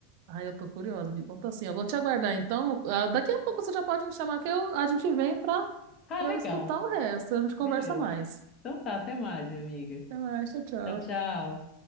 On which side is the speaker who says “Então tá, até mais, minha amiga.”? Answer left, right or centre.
Left